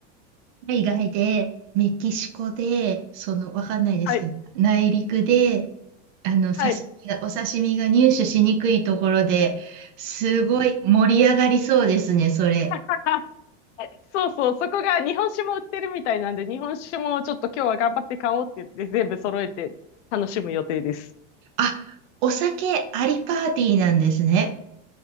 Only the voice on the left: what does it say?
はい。
はい。
<laughs> そうそう、そこが日本酒も売ってるみたいなんで、日本酒もちょっと今日は頑張って買おうって言って、全部揃えて楽しむ予定です。